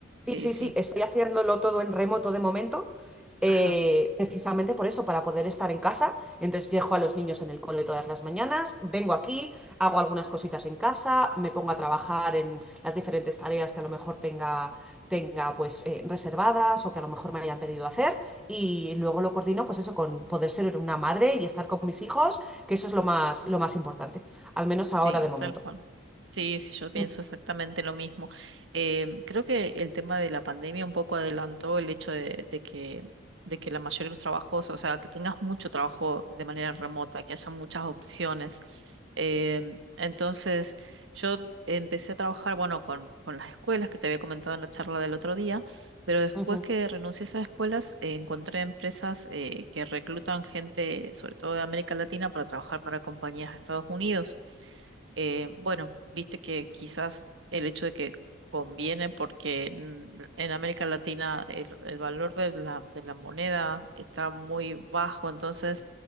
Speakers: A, in the centre; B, on the right.
A: Sí,
B: Sí,
A: sí,
B: sí.
A: sí, estoy haciéndolo todo en remoto de momento, eh,
B: Ajá,
A: precisamente por eso, para poder estar en casa. Entonces dejo a los niños en el cole todas las mañanas, vengo aquí, hago algunas cositas en casa, me pongo a trabajar en las diferentes tareas que a lo mejor tenga, tenga pues eh, reservadas o que a lo mejor me hayan pedido hacer y luego lo coordino pues eso con poder ser una madre y estar con mis hijos, que eso es lo más, lo más importante, al menos ahora
B: sí,
A: de momento.
B: tal cual. Sí, sí, yo pienso
A: Mm,
B: exactamente lo mismo. Em, creo que el tema de la pandemia un poco adelantó el hecho de, de que, de que la mayoría de los trabajos, o sea, que tengas mucho trabajo de manera remota, que haya muchas opciones. Em, entonces, yo empecé a trabajar, bueno, con, con las escuelas que te había comentado en la charla del otro día, pero después
A: ujú.
B: que renuncié a esas escuelas, eh, encontré empresas eh, que reclutan gente, sobre todo de América Latina, para trabajar para compañías de Estados Unidos eh, bueno, viste que quizás el hecho de que conviene porque en, en América Latina el, el valor de la, de la moneda está muy bajo, entonces